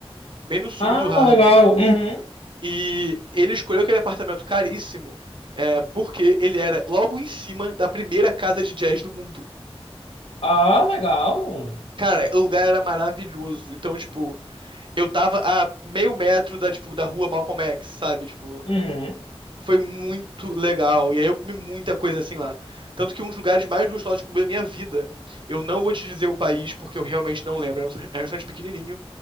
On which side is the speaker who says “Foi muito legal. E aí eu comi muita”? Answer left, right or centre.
Right